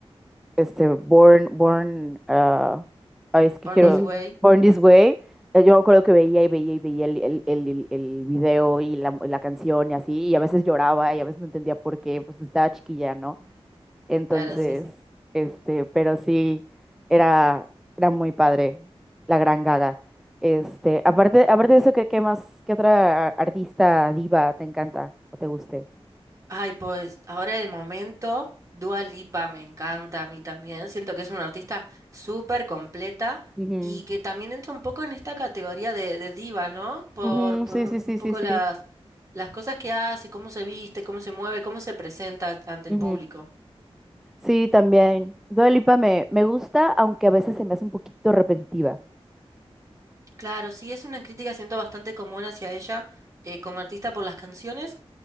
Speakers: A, in the centre; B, on the right.
A: este, Born, Born, ah, ay, es que
B: Born
A: quiero,
B: This Way,
A: Bueno, Born This Way. eh, Yo me acuerdo que veía y veía y veía el, el, el, el- el video y la, la canción y así, y a veces lloraba y a veces no entendía por qué, pues estaba chiquilla, ¿no? claro. Entonces,
B: claro, sí, sí.
A: este, pero sí, era, era muy padre, la gran Gaga. Este, aparte, aparte de eso, ¿qué, qué más, qué otra artista diva te encanta o te guste?
B: Ay, pues ahora el momento, Dua Lipa me encanta a mí también. Siento que es una artista súper completa
A: Ujú,
B: y que también entra un poco en esta categoría de, de diva, ¿no? Por,
A: ujú,
B: por
A: sí,
B: un,
A: sí, sí,
B: un poco
A: sí,
B: las, las cosas que hace, cómo se viste, cómo se mueve, cómo se presenta ante
A: sí.
B: el público.
A: Sí, también. Dua Lipa me, me gusta, aunque a veces se me hace un poquito repetitiva.
B: Claro, sí, es una crítica, siento bastante común hacia ella eh, como artista por las canciones,